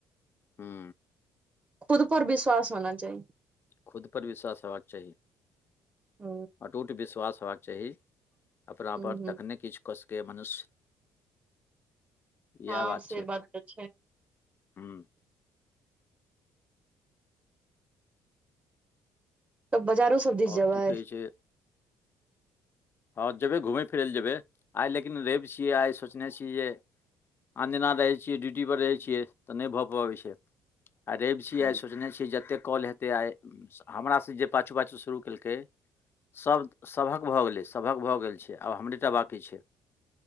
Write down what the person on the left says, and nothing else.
हूँ
खुद पर विश्वास हेबाक चाही,
अटूट विश्वास हेबाक चाही। अपनापर
तखने किछु क सकैये मनुष्य। यैह
बात
छै,
हुं।
और
की कहै छै हँ जेबै घुमय फिरय लए जेबै, आइ लेकिन रवि छियै आइ सोचने छी जे आन दिना रहै छियै ड्यूटी पर रहै छियै तऽ नहि भऽ पबै छै रवि छियै
आइ सोचने छियै जते कॉल हेत से आइ हमरा से जे पाछू पाछू शुरू केलकै सभक भऽ गेलै। सभक भऽ गेल छै आब हमरेटा बाँकी छै।